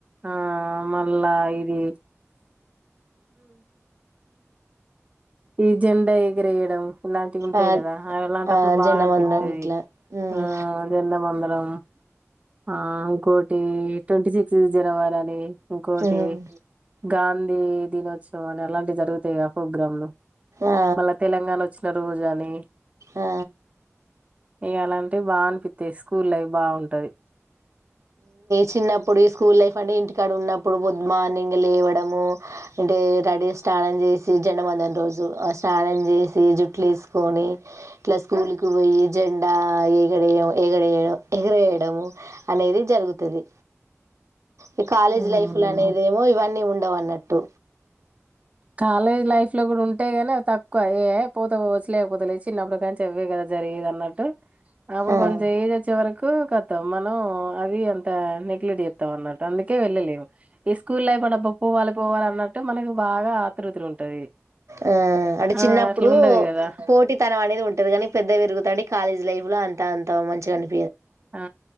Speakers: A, on the right (about 25°); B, on the right (about 75°).
A: ఆ మళ్ళా ల్ల ఇది ఈ జెండా ఎగిరేయడం ఇలాంటివి ఉంటాయి
B: ఆ
A: కదా అవి ఎలాంటప్పుడు
B: ఆ
A: బాగా
B: జనమందరం
A: అనిపిత్తది
B: ఇట్లా మ్మ్
A: ఆ జెండా వందనం ఆ ఇంకోటి ట్వంటీ సిక్స్ జనవరి అని ఇంకోటి
B: మ్మ్
A: గాంధీ దినోత్సవం అని అలాంటివి జరుగుతాయి ప్రోగ్రాంలు
B: ఆ
A: మళ్ళా తెలంగాణ వచ్చిన రోజు అని
B: ఆ
A: ఇగలాంటివి బాగా అనిపిత్తయి స్కూల్ లైఫ్ బాగుంటది
B: చిన్నప్పుడు ఈ స్కూల్ లైఫ్ అంటే ఇంటికాడ ఉన్నప్పుడు బొదు మార్నింగ్ లేవడము అంటే రెడీ స్నానం జేసి జెండ వందనం రోజు ఆ స్నానం చేసి జుట్లు వేసుకొని ఇట్లా స్కూల్కి పోయి జెండా ఎగడేయడం ఎగడేయడం ఎగరేయడ అనేది జరుగుతుంది ఈ కాలేజ్
A: ఉమ్
B: లైఫ్ లో అనేది ఏమో ఇవన్నీ ఉండ ఇంటవన్నట్టు
A: కాలేజ్ లైఫ్ ఇట్లో గూడా ఉంటాయ్ గానీ అవి తక్కువ ఏ పోతే పోవచ్చు లే లేకపోత లే చిన్నప్పుడు కానీ చెవ్వే కదా జరిగగిది అన్నట్టు అప్పుడు
B: ఆ
A: కొంచెం ఏజ్ వచ్చే వరకు కతాం మనం అది అంత నెగ్లెక్ట్ చేత్తం అన్నట్టు అందుకే వెళ్ళలేము ఈ స్కూల్ లైఫ్ డబ్బ పోవాలి పోవాలి అన్నట్టు మనకు బాగా ఆతృతలు ఉంటది
B: ఆ అంటే చిన్నప్పుడు
A: ఆ అట్లా ఉండదు గదా
B: పోటీతనం అనేది ఉంటది కానీ పెద్ద విరుగుతతుండి కాలేజ్ లైఫ్ ఉలాన్ అంత మంచిగా అని
A: ఆ